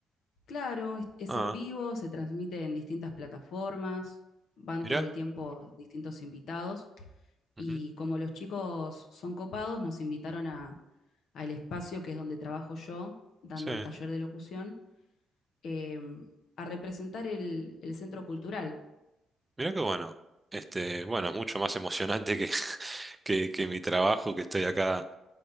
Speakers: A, on the left; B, on the right.
A: claro, es, es
B: Ah,
A: en vivo, se transmite en distintas plataformas, van
B: mirá.
A: todo el tiempo distintos invitados y
B: Ujú.
A: como los chicos son copados, nos invitaron a, al espacio que es donde trabajo yo, dando
B: Sí,
A: el taller de locución, eh, a representar el, el centro cultural.
B: mirá qué bueno. Este, bueno, es mucho más emocionante que, <laughs> que, que mi trabajo, que estoy acá